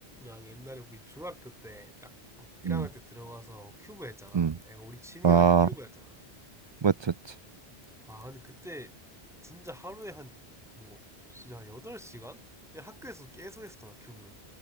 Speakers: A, in the centre; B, on the right.
A: 야 옛날에 우리 중학교 때 딱 1학년
B: 음,
A: 때 들어가서 큐브 했잖아.
B: 음.
A: 내가 우리 취미가
B: 아,
A: 그때 큐브였잖아.
B: 맞췄지.
A: 아 근데 그때 진짜 하루에 한 뭐 진짜 한 8시간? 그냥 학교에서 계속 했었잖아 큐브.